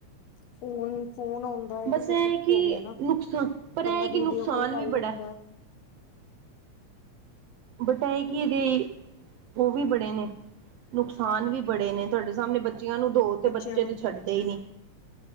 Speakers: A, on the left (about 70°); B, on the right (about 75°).
A: ਫੋਨ, ਫੋਨ ਆਉਣ ਦਾ ਏਵੀ
B: ਬਸ
A: ਤੇ
B: ਇਹ
A: ਸੁੱਖ
B: ਹੈ ਕਿ
A: ਹੋ ਗਿਆ ਨਾ।
B: ਨੁਕਸਾਨ ਪਰ
A: ਬੰਦਾ
B: ਇਹ ਹੈ
A: ਵੀਡੀਓ
B: ਕਿ ਨੁਕਸਾਨ
A: ਕਾਲ ਕਰ
B: ਵੀ
A: ਲੈਂਦਾ।
B: ਬੜਾ ਬਟ ਆ ਏ ਕਿ ਏਦੇ ਉਹ ਵੀ ਬੜੇ ਨੇ, ਨੁਕਸਾਨ ਵੀ ਬੜੇ ਨੇ ਤੁਆਡੇ ਸਾਹਮਣੇ ਬਚ ਬੱਚਿਆਂ ਨੂੰ ਦੋ ਤੇ
A: ਬੱਚਿਆਂ
B: ਬੱਚੇ
A: ਨੂੰ
B: ਤੇ ਛੱਡਦੇ ਈ ਨੀ।